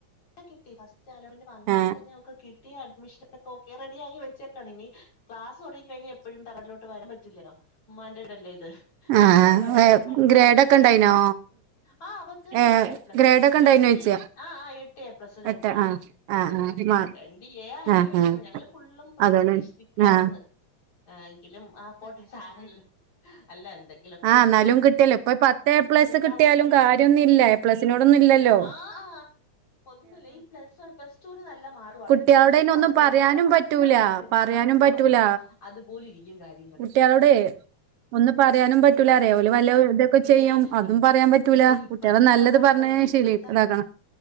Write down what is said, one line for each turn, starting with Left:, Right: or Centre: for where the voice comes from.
Left: കിട്ടി ഫസ്റ്റ് അലോട്ട്മെന്റ് വന്നപ്പോ
Right: ആ
Left: തന്നെ അവക്ക് കിട്ടി പുതിയ അഡ്മിഷനൊക്കെ ഓക്കെ റെഡിയായി വെച്ചേക്കാണ് ഇനി - ക്ലാസ് തൊടങ്ങിഴിഞ്ഞാ എപ്പോഴും തറവാട്ടിലോട്ട് വരാൻ പറ്റില്ലല്ലോ ഉമ്മാന്റെ വീടല്ലേ ഇത്
Right: ആ
Left: അപ്പൊ അവക്ക്‌ വരാൻ പറ്റും അടുത്താണ്
Right: ഗ്രേഡ്
Left: ഇപ്പഴ
Right: ഒക്കെ ഉണ്ടായിനോ
Left: ആ അവക്ക്
Right: ഏ
Left: എട്ട് എ പ്ലസും
Right: ഗ്രേഡ് ഒക്കെ ഉണ്ടായിനോ
Left: രണ്ട്
Right: ചോദിച്ചാ
Left: എ യും ആഹ് ആഹ് എട്ട് എ പ്ലസ് ഉം രണ്ട്
Right: എട്ട് ആ
Left: എ ഉം
Right: ആ ആ മാ
Left: രണ്ട് എ ആയതിൽ
Right: ആ
Left: വിഷമം
Right: ആ
Left: ഞങ്ങള് ഫുള്ളും
Right: അതോണ്ട്
Left: പ്രതീക്ഷി- ക്കായിരുന്നു
Right: ആ
Left: ആഹ് എങ്കിലും ആ പോട്ടെ സാരമില്ല എന്തെങ്കിലുമൊക്കെ
Right: ആഹ്
Left: മിസ്റ്റേക്ക്
Right: എന്നാലും കിട്ടിയല്ലോ ഇപ്പൊ പത്ത് എ പ്ലസ്
Left: ഉണ്ടാവും
Right: കിട്ടിയാലും കാര്യയൊന്നുമില്ല എ പ്ലസിനോടൊന്നുംയില്ലല്ലോ
Left: ആ ഒന്നുമില്ല ഈ പ്ലസ് പ്ല ടൂവി നല്ല മാർക് മതി
Right: കുട്ടികളോട്
Left: പ്ലസ്
Right: അയിന്
Left: ടൂ
Right: ഒന്നും
Left: ആണ് നമ്മള്
Right: പറയാനും
Left: നോക്കുക പന്ത്രണ്ടാം
Right: പറ്റൂല
Left: ക്ലാസ് --- എങ്ങനെ
Right: പറയാനും
Left: മാർക്ക്
Right: പറ്റൂല
Left: വാങ്ങുന്നോ അതുപോലെ ഇരിക്കും കാര്യം.
Right: കുട്ടികളോടെ ഒന്നും പറയാനും പറ്റൂല അറിയമോ ഓല് വല്ല വെ ഒക്കെ
Left: പിന്നെ
Right: ചെയ്യും അതും പറയാൻ പറ്റൂല
Left: പിന്നെ ഇപ്പോഴത്തെന്ന്
Right: കുട്ടികളെ നല്ലത്
Left: പറഞ്ഞാലുണ്ടല്ലോ
Right: പറഞ്ഞ്
Left: ഇപ്പോഴത്തെ
Right: ശീലക്കണം അതാണ് -